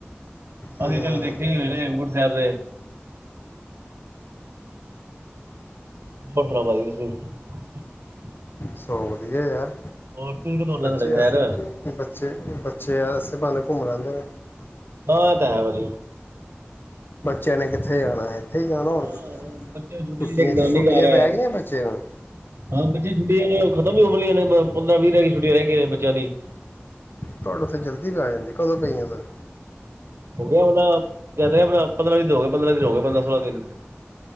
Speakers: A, on the left (about 55°); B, on the right (about 75°).
A: ਹੂੰ
B: ਅਸੀਂ ਕੱਲ ਵੇਖਕੇ ਆ ਕੀ ਕੁੱਝ ਚਲ ਰਿਹਾ। <unintelligible>
A: ਸੌ ਵਧੀਆ ਯਾਰ
B: ਹੋਰ ਤੁਸੀਂ ਕਦੋਂ ਆਉਣਾ?
A: ਬੱਚੇ
B: ਸਾਡਾ ਸ਼ਹਿਰ
A: ਅਸ
B: ਹਾਂ
A: ਬੱਚੇ ਬੱਚੇ ਅਸੇ ਬ ਘੁੰਮਣ ਆਦਾ
B: ਆ ਤਾਂ ਹੈ ਭਾਜੀ।
A: ਬੱਚਿਆਂ ਨੇ ਕਿੱਥੇ ਜਾਣਾ ਇੱਥੇ ਹੀ ਜਾਣਾ ਹੋਰ
B: ਹਾਂ
A: ਕਿੱਥੇ
B: ਬੱਚੇ ਛੁਟੀ
A: ਛੁੱਟੀਆਂ
B: ਜ ਇੱਕ
A: 'ਚ
B: ਨਾਨੀ
A: ਛੁੱਟੀਆਂ
B: ਘਰ
A: ਪੈ
B: ਆਏ
A: ਗਈਆਂ ਬੱਚੇ ਨੂੰ
B: ਹਾਂ ਬੱਚੇ ਛੁਟੀ ਖਤਮ ਹੋਣ ਵਾਲੀਆਂ ਨੇ ਪੰਦਰਾਂ ਵੀਹ ਰਹਿ ਛੁੱਟੀਆਂ ਰਹਿ ਗਈਆਂ ਨੇ ਬੱਚਿਆਂ ਦੀ
A: ਤੁਹਾਡੇ ਉੱਥੇ ਜਲਦੀ ਪੈ ਜਾਂਦੀ। ਕਦੋਂ ਪਈਆਂ ਸਰ
B: ਹੋ ਗਿਆ ਨਾ ਕਹਿੰਦੇ ਆਪ ਪੰਦਰਾਂ ਦਿਨ ਹੋ ਗਏ ਪੰਦਰਾਂ ਦਿਨ ਹੋ ਗਏ ਪੰਦਰਾਂ ਸੋਲਾਂ ਦਿਨ